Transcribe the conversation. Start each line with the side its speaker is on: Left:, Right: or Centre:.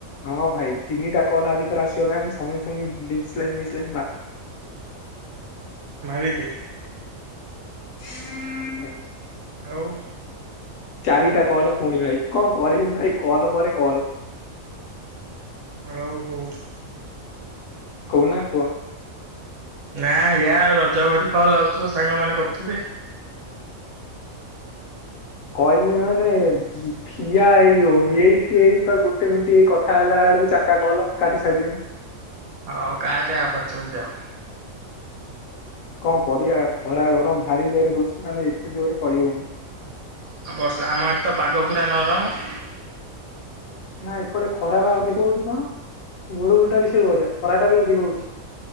Left: ହଁ ଭାଇ ତିନିଟା କଲ ଆ ଭିତର ଆସିଗଲାଣି ସମସ୍ତଙ୍କୁ <unintelligible> ମାର୍
Right: ମାରିଦେ।
Left: <unintelligible>
Right: ଆଉ
Left: ଚାରିଟା କଲ୍ ପୁଣି ଭାଇ କଣ କରିବି ଭାଇ କଲ୍ ପରେ କଲ୍।
Right: ଆଉ ହଉ।
Left: କହୁନା କୁହ।
Right: ନାଁ ୟା ରଜ୍ ଯା ହଉ ହେରି କଲ୍ ଆଉଥିବ ସାଙ୍ଗମାନେ କରୁଥିବେ।
Left: କହିଲି ମାନେ ଠିଆ ହେଇ ହଉନି ଏଇଠି ଏଇବା ଗୋଟେ ମିନିଟ ଏଇ କଥା ହେଲା ବେଳକୁ ଚାରିଟା କଲ କାଟି ସାରିଲିଣି।
Right: ହଉ କାଟ ଆଉ ପାଞ୍ଚ ମିନିଟ୍ ଯାଉ।
Left: କଣ କରିବା ଖରା ଗରମ ଭାରି ଜୋରରେ ହଉଛି ମାନେ ଏତେ ଜୋରରେ କହି ହଉନି।
Right: ଆଉ ବର୍ଷା ଆମ ଆଡେ ତ ପାଗ ପୁରା ନରମ। <inaudible>
Left: ନା ଏପଟେ ଖରା ବା ଅଧିକ ହଉଛି କଣ ଗୁଳୁଗୁଳି ଟା ବି ସେ ଭଳିଆ ଖରା ଟା ବି ଅଧିକ ହଉଛି।